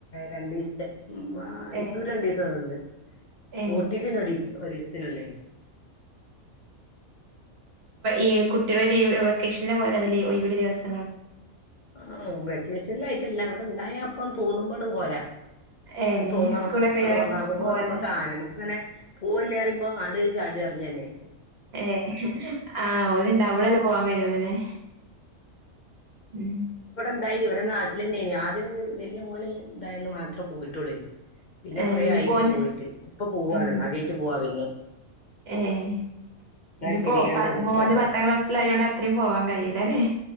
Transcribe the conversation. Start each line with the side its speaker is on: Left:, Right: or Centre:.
Left: രണ്ടിവസത്തെ മൈസൂർ
Right: ഏ
Left: രണ്ട ദിവസംന്നണ്ട്
Right: ഏ
Left: ഊട്ടിത്തി ഒ ഒത്തിനല്ലേ
Right: ഈ കുട്ടികള ലീവ് വെക്കേഷനെ പോലെ അ ഒരു ദിവസം
Left: ആ വെക്കേഷല്ല ആായിട്ടല്ല അവിടെ ഉണ്ടായപ്പ തോന്നുമ്പോാണ് പോരാ
Right: ഏ
Left: തോന്നണം
Right: സ്കൂളൊക്കെ ഒഴിവാക്കി
Left: അത് കൊണ്ടാകുമ്പോ
Right: ഓലെ
Left: നമ്മുക്ക് ആന നമക്ക് അങ്ങനെ പോൂവല്ലേ അറിയുമ്പോ അ ചാടി പറഞ്ഞു തന്നെ
Right: ഏ ആ ഓല ഇണ്ട അവളല്ലേ പോവാാൻ കഴിയുള്ളല്ലേ ഉം
Left: ഉണ്ടായി ഇവിടെ നാട്ടില തന്നെയാത് വല്ിയ മോനെ ഉണ്ടായന്ന് മാത്രേ പോയിട്ടുള്ളി പിന്നെ
Right: ഏ
Left: കൊറ
Right: ഇനിപ്പോ
Left: ആയി ഇപ്പ
Right: ഓന്
Left: പോയിട്ട് ഇപ്പൊ പോവാണ്
Right: ഉം
Left: ആദ്യമായിട്ട് പോവാ പിന്ന
Right: ഏ ഇനിിപ്പോ
Left: ശരി ഞാൻ ഇങ്ങട്ട് വിളിക്കാട്ടോ
Right: മോന് പത്താം ക്ലാസ്സൽ ആയ കൊണ്ട് അത്രയും പോവാൻ കഴട്ടും അതല്ലേ